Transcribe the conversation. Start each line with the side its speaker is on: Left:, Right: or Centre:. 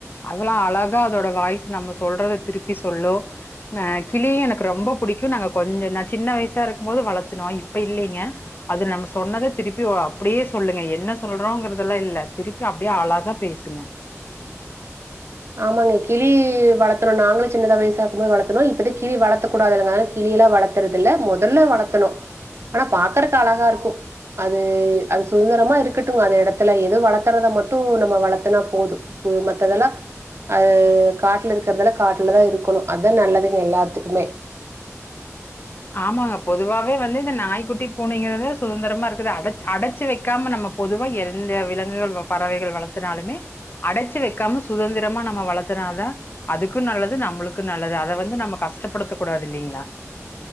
Left: அதெல்லா அழகா அதோட வாய்ஸ் நம்ம சொல்றத திருப்பி சொல்லோ நா கிளியு எனக்கு ரொம்ப பிடிக்கு நாங்க கொஞ்ச நா சின்ன வயசா இருக்கும் போது வளத்துனோ இப்ப இல்லைங்க அது நம்ம சொன்னத திருப்பி அப்டியே சொல்லுங்க என்ன சொல்றோங்கிறதெல்லா இல்ல திருப்பி அப்டியே அழாகா பேசுங்க
Right: ஆமாங்க கிளி வளத்தணு நாங்களு சின்த வயசாக்கும் போது வளத்துணோ இப்பத கிளி வளத்தக் கூடாதில்லங்க அத கிளில்லா வளத்தறதில்ல மொதல்ல வளத்துணோ ஆனா பாக்கறக்கு அழகா இருக்கு அது அது சுதந்திரமா இருக் க்கட்டுங்க அது எடத்துல எது வளர்த்தறத மட்டு நம்ம வளத்துனா போது மத்ததெல்லா அது காட்ல இருக்கறதல காட்ல தா இருக்கணு அதுதா நல்லதுங்க எல்லாத்துக்குமே
Left: ஆமாங்க பொதுவாவே வந்து இந்த நாய்க்குட்டி பூனைங்கிறது சுதந்திரமா இருக்குது அடச் அடச்சு வைக்காம நம்ம பொதுவா எந்த விலங்குகள் பறவைகள் வளத்துனாலுமே அடச்சு வைக்காம சுதந்திரமா நம்ம வளத்துனாதா அதுக்கு நல்லது நம்மளுக்கு நல்லது அத வந்து நம்ம கஷ்டப்படுத்த கூடாது இல்லைங்ளா